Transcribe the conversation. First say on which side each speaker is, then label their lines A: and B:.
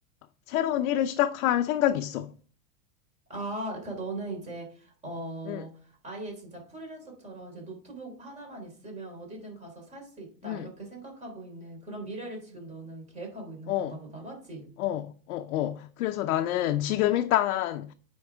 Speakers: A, on the left; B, on the right.
A: 새로운 일을 시작할 생각이 있어.
B: 아, 그러니까 너는 이제 어
A: 응,
B: 아예 진짜 프리랜서처럼 이제 노트북 하나만 있으면 어디든 가서 살 수 있다
A: 응.
B: 이렇게 생각하고 있는 그런 미래를 지금 너는 계획하고 있는
A: 어.
B: 건가 보다, 맞지?
A: 어, 어, 어. 그래서 나는 지금 일단